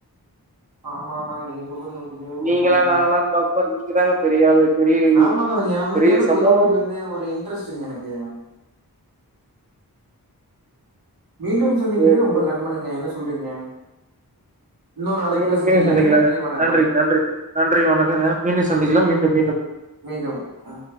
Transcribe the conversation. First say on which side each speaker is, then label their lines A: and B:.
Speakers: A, on the right (about 70°); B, on the right (about 20°).
A: ஆமா ஆமாங்க நீங்க சொல்றது நூத்துக்கு நூறு
B: நீங்களா,
A: உண்மதாங்க
B: நாங்களான்னு பாக்கும்போது நீங்க தாங்க பெரிய ஆளு. பெரிய கையி.
A: ஆமாங்க எ நம்ளுக்கு
B: பெரிய
A: வந்து
B: சமூகம்
A: குதுர வண்டி வந்து ஒரு இன்ட்ரெஸ்டுங்க எனக்கு மீண்டும் சந்திக்கிற
B: பேர்
A: உங்கள்
B: பேர்.
A: நண்பனுங்க என்ன சொல்றீங்க இன்னொரு அழைப்புல
B: மீண்டும்,
A: சந்திக்கலாங்க
B: மீண்டும்
A: நன்றி வணக்கம்
B: நன்றிங்க, நன்றி நன்றி வணக்கங்க மீண்டு சந்திக்கலா மீண்டும் மீண்டும்
A: மீண்டும் அ